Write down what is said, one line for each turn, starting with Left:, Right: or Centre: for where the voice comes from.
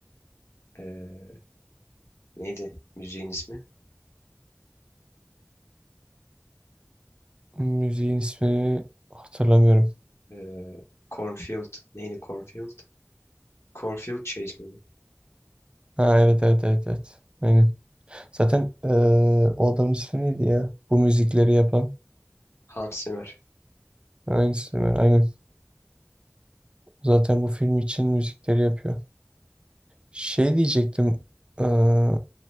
Left: E, neydi müziğin ismi?
Right: Müziğin ismini hatırlamıyorum.
Left: Ee, Cornfield. Neydi Cornfield? Cornfield Chase miydi?
Right: Ha evet evet evet evet. Aynen. Zaten eee, o adamın ismi neydi ya? Bu müzikleri yapan.
Left: Hans Zimmer.
Right: Aynısı mı? Aynen. Zaten bu film için müzikleri yapıyor. Şey diyecektim. eee,